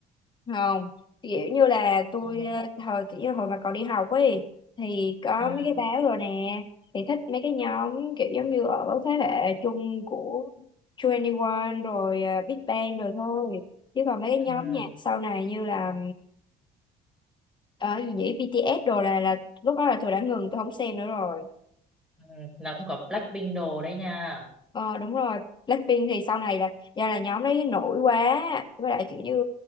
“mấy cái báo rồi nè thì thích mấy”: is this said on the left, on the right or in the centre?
Left